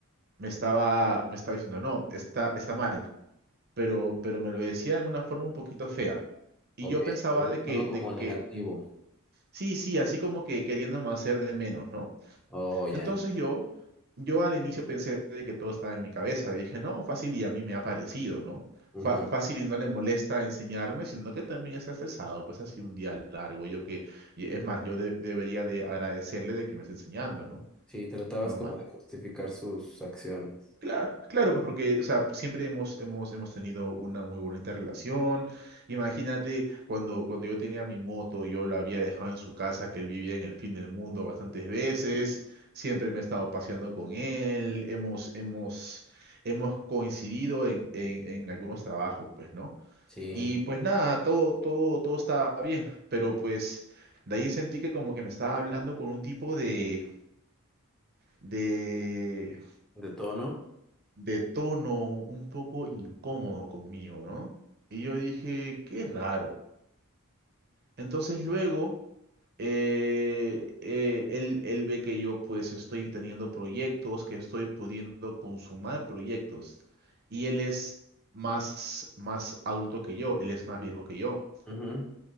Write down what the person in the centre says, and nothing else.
Ok,
el
tono como
negativo.
Oh, ya.
Ujú.
Sí, tratabas
como de justificar sus acciones.
Sí.
¿De tono?
Ujú.